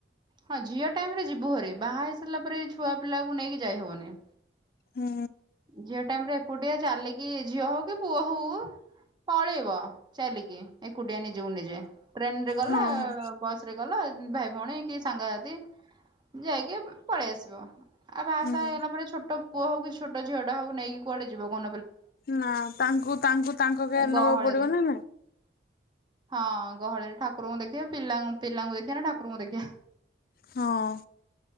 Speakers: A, on the right; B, on the left.
A: ହଁ ଝିଅ ଟାଇମ ରେ ଯିବୁ ଭାରି ବାହା ହେଇ ସାରିଲା ପରେ ଛୁଆ ପିଲାକୁ ନେଇକି ଯାଇହବନି।
B: ହୁଁ
A: ଝିଅ ଟାଇମ ରେ ଏକୁଟିଆ ଚାଲିକି ଝିଅ ହଉ କି ପୁଅ ହଉ ପଳେଇବ। ଚାଲିିକି। ଏକୁଟିଆ ନିଜକୁ ନିଜେ ଟ୍ରେନ ରେ ଗଲ
B: ହଁ ହଁ
A: ବସ ରେ ଗଲ ଭାଇ ଭଉଣୀ କି ସାଙ୍ଗସାଥୀ। ଯାଇକି ପଳେଇ ଆସିବ ଆଉ ବାହାସାହା
B: ହୁଁ।
A: ହେଇଗଲା ପରେ ଛୋଟ ପୁଅ ହଉ କି ଝିଅ। ଝିଅଟା ହଉ ନେଇକି କୁଆଡ ଯିବ କହୁ
B: ନା ତାଙ୍କୁ ତାଙ୍କୁ ତାଙ୍କ କେୟାର
A: ଏ ଗହଳିରେ
B: ନବାକୁ ପଡିବ ନା ନାଇ।
A: ହଁ ଗହଳିରେ ଠାକୁରଙ୍କୁ ଦେଖିବା ପିଲା ପିଲାଙ୍କୁ ଦେଖିବା ନା ଠାକୁରଙ୍କୁ ଦେଖିବା।
B: ହଁ।